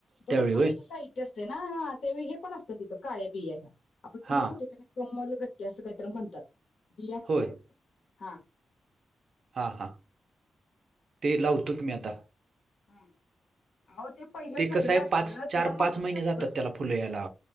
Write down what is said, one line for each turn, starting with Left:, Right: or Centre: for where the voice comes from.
Left: बरच
Right: त्यावेळी
Left: पूजेच
Right: होय
Left: साहित्य असतंय ना? हा हा ते हे पण असतं तिथं काळ्या बिया ह्या. आपण बिया
Right: हा
Left: म्हणतोय त्याला कमलगट्टे असं काहीतरी म्हणतात बिया म्हणत
Right: होय
Left: नाहीत हा
Right: हा हा ते लावतो की मी आता.
Left: हम्म अहो ते पहिलं जगलं
Right: कसं आहे
Left: असतं
Right: पाच
Left: त्याला
Right: चार
Left: माती
Right: पाच महिने
Left: कमी
Right: जातात
Left: पडलीया
Right: त्याला फुलं यायला